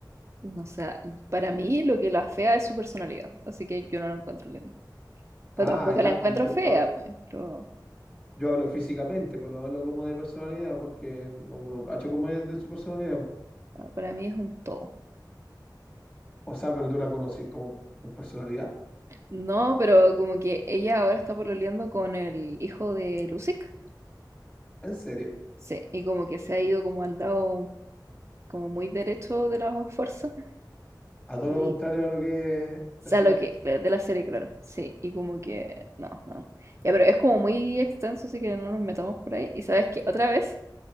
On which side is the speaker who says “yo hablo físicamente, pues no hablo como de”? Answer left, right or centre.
Left